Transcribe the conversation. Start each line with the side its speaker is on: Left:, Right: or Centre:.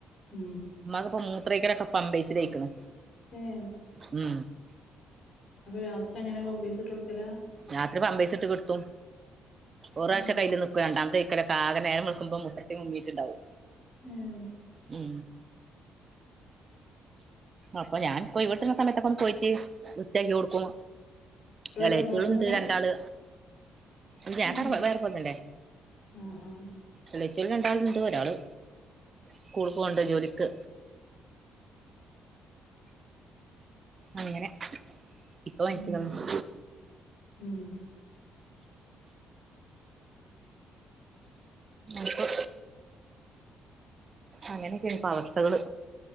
Left: മ്
Right: ഉമ്മാക്കിപ്പോ മൂത്രയ്ക്കലൊക്കെ പമ്പേയ്സിലായിക്ക്ണ്.
Left: ഏഹ്
Right: മ്
Left: അപ്പ രാത്രി എങ്ങനെ പാമ്പേയ്‌സ് ഇട്ട് കൊടുക്കലാ.
Right: രാത്രി പാമ്പേയ്സ് ഇട്ട് കെട്ത്തും. ഒറാവശ്യക്കെ
Left: ഉം
Right: അയ്ല് നിക്കും, രണ്ടാമത്തെ ഒയ്ക്കലൊക്കെ ആകെ നേരം വെളുക്കുമ്പോ മൂത്രത്തി മുങ്ങീട്ടുണ്ടാവും.
Left: ഉം
Right: മ് അപ്പ ഞാൻ ന്ക്ക് ഒയിവ് കിട്ടണ സമയത്തൊക്കെ ഒന്ന് പോയിട്ട് വൃത്തിയാക്കി കൊടുക്കും.
Left: ഇവിടെ
Right: എളെച്ച്കള്
Left: തറവാട്ടുങ്കല
Right: ഇണ്ട് രണ്ടാള്. ഇല്ലാ
Left: ഉം
Right: അത് അവടെ വ് വേറെ പോന്നല്ലേ.
Left: ആഹ് ആഹ്
Right: എളെച്ചള് രണ്ടാള്ണ്ട് ഒരാള് സ്കൂളി പോണ്ട് ജോലിക്ക് അങ്ങനെ ഇപ്പൊ മരിച്ച്ക്ക്ണ്
Left: മ് മ്
Right: ഇപ്പൊ അങ്ങനെയൊക്കെയാണ് ഇപ്പ അവസ്ഥകള്,